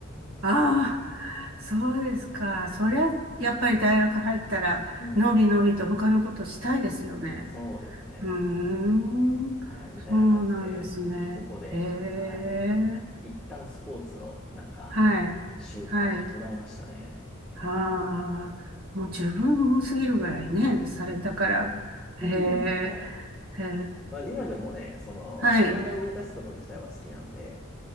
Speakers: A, on the right; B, in the centre.
A: ああ、そうですか。
B: はい。
A: そりゃ、やっぱり大学入ったら、
B: うん。
A: のびのびと他のことしたいですよね。
B: そうですね。
A: うーん、
B: はい。みたいな感じで、
A: そうなんですね。
B: そこで、
A: へえ、
B: はい。一旦スポーツの、なんか、
A: はい、
B: 習慣は途絶えましたね。
A: はい。ああ、もう十分すぎるぐらいね、されたから。へえ、
B: うんはい。
A: へえ、
B: まあ、今でもね、その、
A: はい、
B: 体を動かすこと自体は好きなんで、